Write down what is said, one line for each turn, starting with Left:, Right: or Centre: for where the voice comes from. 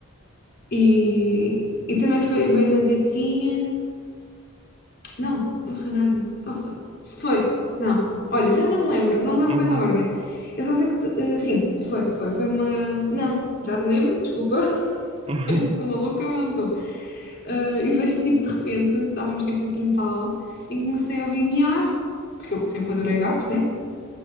Left: E, e também foi, veio uma gatinha. Não, não foi nada. Ou foi? Foi, não. Olha, já não me lembro, não me lembro
Right: uhum,
Left: bem da ordem. Eu só sei que. tu- eh, sim, foi, foi. Foi uma. Não, já me lembro, desculpa. <laughs>
Right: <laughs> uhum,
Left: Parece que estou maluca, mas não estou. Eh, e depois, tipo, de repente, estávamos tipo no quintal e comecei a ouvir miar, porque eu sempre adorei gatos, né?